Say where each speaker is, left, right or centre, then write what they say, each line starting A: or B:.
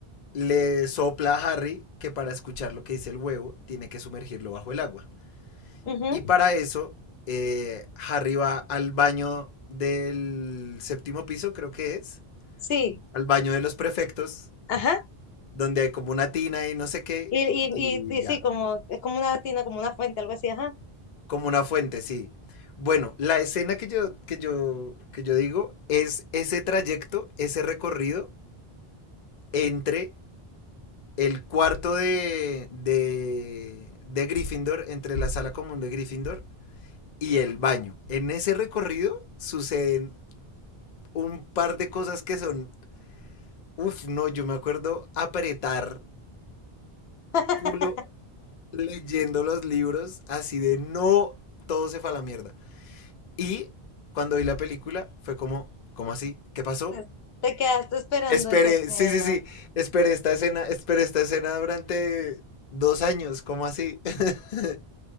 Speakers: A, on the left; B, on the left.
A: le sopla a Harry que para escuchar lo que dice el huevo tiene que sumergirlo bajo el agua.
B: libro.
A: Y para eso, eh, Harry va al baño del séptimo piso, creo que es,
B: Sí,
A: al baño de los prefectos
B: ajá.
A: donde hay como una tina y no sé qué,
B: Y, y,
A: y
B: y, y
A: ya,
B: sí, como, es como una tina, como una fuente, algo así, ajá.
A: como una fuente, sí. Bueno, la escena que yo, que yo, que yo digo es ese trayecto, ese recorrido entre el cuarto de, de, de Gryffindor, entre la sala común de Gryffindor y el baño. En ese recorrido suceden un par de cosas que son, uff, no, yo me acuerdo apretar
B: <laughs>
A: culo leyendo los libros así de no, todo se fue a la mierda. Y cuando vi la película fue como, ¿cómo así? ¿Qué pasó?
B: Pues, Te quedaste esperando
A: Esperé,
B: esa escena.
A: sí, sí, sí, esperé esta escena, esperé esta escena durante dos años, ¿cómo así? <laughs>